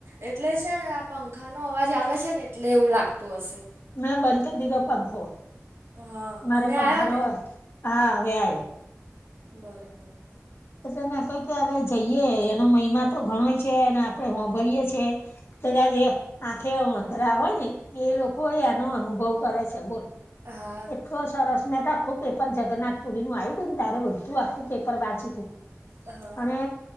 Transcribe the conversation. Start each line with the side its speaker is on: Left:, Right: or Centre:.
Right: એટલે છે ને આ પંખાનો અવાજ આવે છે ને એટલે એવું લાગતું હશે.
Left: મેં બંધ કરી દીધો પંખો
Right: હા
Left: મારે
Right: અમે
Left: પંખા
Right: આવ્યો
Left: ના
Right: ને
Left: હોય. હા હવે આવ્યો.
Right: બરાબર.
Left: એટલે મેં કહુ કે હવે જઈએ એનો મહિમા તો ઘણોય છે અને આપણે સાભરીયએ છે. કદાચ જે આંખે અંધરા હોય ને એ લોકો એનો અનુભવ કરે છે. બોલ
Right: હા.
Left: તો સરસ મેં આખું પેપર જગન્નાથ પુરી નું આવ્યું હતું ને ત્યારે બધું આખું પેપર વાંચ્યું હતું.
Right: હા
Left: અને